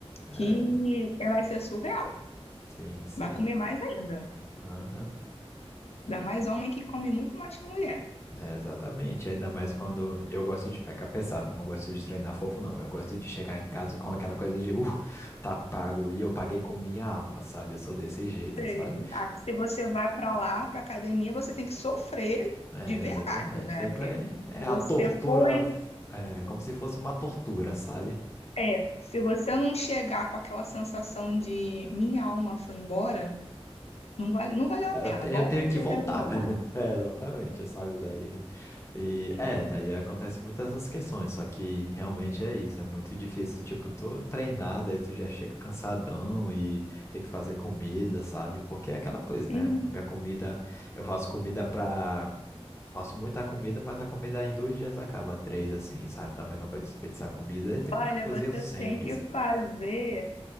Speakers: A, on the left; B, on the left.
A: É,
B: que vai ser surreal.
A: sim, sim.
B: Vai comer mais ainda.
A: Aham. E-
B: Ainda mais homem que come muito mais que mulher.
A: é, exatamente. Ainda mais quando eu gosto de pegar pesado, não gosto de treinar fofo, não. Eu gosto de chegar em casa com aquela coisa de, uh, tá pago, e eu paguei com minha alma, sabe? Eu sou desse jeito,
B: Sei.
A: sabe?
B: Ah, porque se você vai pra lá, pra academia, você tem que sofrer
A: É,
B: de verdade,
A: exatamente.
B: né?
A: Tem
B: Porque
A: que, é, é
B: se
A: a
B: você
A: tortura,
B: foi,
A: é como se fosse uma tortura, sabe?
B: é, se você não chegar com aquela sensação de minha alma foi embora, não vale, não valeu
A: Eu
B: a pena.
A: te-
B: Volta
A: eu tenho
B: aí e
A: que
B: treinar
A: voltar.
B: de novo.
A: <laughs> É, exatamente, sabe? Daí. E é, daí acontece muitas essas questões, só que realmente é isso, é muito difícil, tipo, tu treinar, daí tu já chega cansadão e tem que fazer comida, sabe? Porque é aquela coisa, né?
B: Uhum.
A: Minha comida, eu faço comida pra. Faço muita comida, mas a comida em dois dias acaba, três, assim, sabe? Também não vai desperdiçar comida, aí tem
B: Olha,
A: que ficar cozinhando
B: você
A: sempre,
B: tem que
A: sempre.
B: fazer